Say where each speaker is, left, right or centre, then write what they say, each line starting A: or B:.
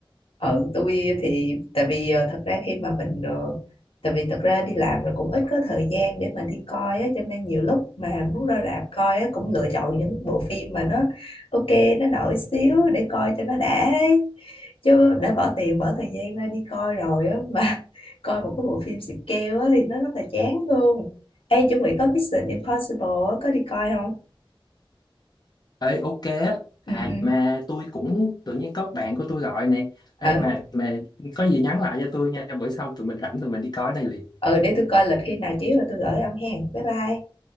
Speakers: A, on the left; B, on the left.
A: ừ tôi thì tại vì ờ, thật ra khi mà mình ờ, tại vì thật ra đi làm rồi cũng ít có thời gian để mà đi coi á cho nên nhiều lúc mà muốn ra rạp coi á cũng lựa chọn những bộ phim mà nó ok nó nổi xíu để coi cho nó đã ấy. chứ đã bỏ tiền bỏ thời gian ra đi coi rồi á mà <laughs> coi một cái bộ phim xịt keo á thì nó rất là chán luôn Ê chuẩn bị có Mission Impossible á, có đi coi không
B: ê ok á
A: ừ
B: à
A: ừ
B: mà tôi cũng tự nhiên có bạn của tôi gọi nè ê
A: ừ
B: mà mà có gì nhắn lại cho tôi nha bữa sau tụi mình rảnh tụi mình đi coi cái này liền
A: ừ để tôi coi lịch khi nào chiếu rồi tôi gửi ông hen bye bye